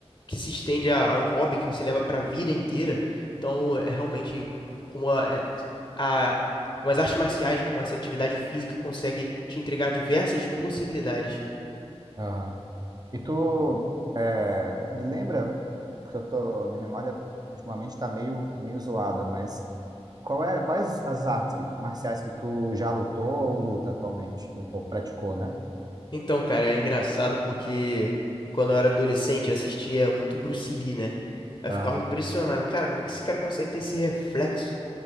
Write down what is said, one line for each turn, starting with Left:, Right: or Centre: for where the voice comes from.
Left: que se estende a, a um hobby que você leva para a vida inteira. Então, é realmente como a, é- a- como as artes marciais, como essa atividade física consegue te entregar diversas possibilidades.
Right: aham. E tu é, me lembra, porque eu tô, minha memória ultimamente está meio, meio zoada, mas qual é, quais as artes que- marciais que tu já lutou ou luta atualmente? Ou praticou, né?
Left: Então, cara, é engraçado porque quando eu era adolescente eu assistia muito Bruce Lee, né? Aí Eu
Right: Aham,
Left: ficava impressionado, cara, como é que esse cara consegue ter esse reflexo?